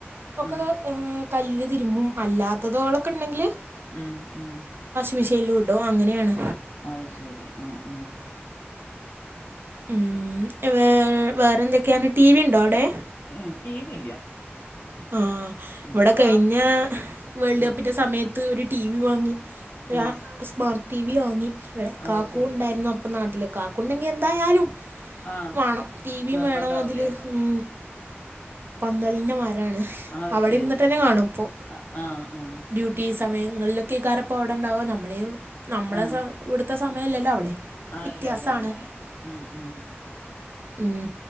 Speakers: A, on the right; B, on the left.
A: ഒക്കെങ്ങ
B: ആഹ്
A: ഉം കല്ല്ല് തിരുമ്പും അല്ലാത്തതോളൊക്കെ ഉണ്ടെങ്കില്
B: ഉം ഉം
A: മിഷില്ലുഡു അങ്ങനെയാണ്
B: അശരി ആഹ് ആഹ്
A: ഉം വേർ വേറെന്തൊക്കെയാണ് ടി വി ഇണ്ടോ അവിടെ
B: എ ടി വി ഇല്ല
A: ആഹ്
B: ഇതിപ്പോ
A: ഇവിടെ കഴിഞ്ഞ
B: ആഹ്
A: വേൾഡ്
B: ഉം
A: കപ്പിന്റെ സമയ ത്ത് ഒരു ടി വി വാങ്ങി
B: ആഹ്
A: ഒ സ്മാർട്ട് ടി വി വാങ്ങി ഇവിടെ
B: അത്
A: കാക്കൂ
B: ശരി
A: ഉണ്ടായിരുന്നു അപ്പ നാട്ടില് കാക്കു ഇണ്ടെങ്കി എന്തായാലും
B: ആഹ്
A: വേണം ടി വിയും
B: നിർബന്ധാവൂലേ
A: വേണം അതില് ഉം പന്തളിന്റെ മരാണ്
B: അത്
A: അവിടെ
B: ശരി
A: ഇര്ന്നിട്ടന്നെ കാണും ഇപ്പോ
B: ആഹ് ആഹ്
A: ഡ്യൂട്ടി സമയങ്ങളിലൊക്കെയ് ക്കാരപ്പോ അവിടണ്ടാവോ നമ്മളെ നമ്മളെ
B: ആഹ്
A: സ ഇവിടുത്തെ സമയല്ലല്ലോ അവിടീം
B: അല്ല
A: വ്യത്യാസണ്
B: അല്ല അല്ല അല്ല ഉം ഉം
A: ഉം